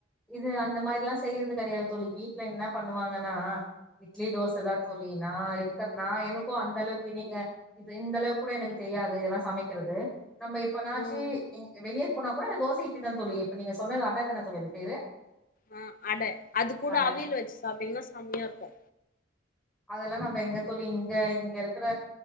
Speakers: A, in the centre; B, on the left.
A: இது அந்த மாரில்லா செய்யறது கெடையாது தோழி வீட்ல என்ன பண்ணுவாங்கன்னா இட்லி தோச
B: ம்
A: தா தோழி நா இருக்கற நா எனக்கு அந்த அளவுக்கு நீங்க இது இந்த அளவுக் கூட எனக்கு தெரியாது இதெல்லா சமைக்கிறது நம்ம எப்பனாச்சு
B: ஓ
A: நீங்க வெளிய போனா கூட தோச இட்லி தான் தோழி இப்ப நீங்க சொன்னது அட தானே தோழி அது பேரு
B: ஆ அட அது கூட
A: அட
B: அவியில் வச்சு சாப்ட்டீங்கன்னா செம்மையா இருக்கு
A: அதெல்லா நம்ம எங்க தோழி இங்க இங்க இருக்கிற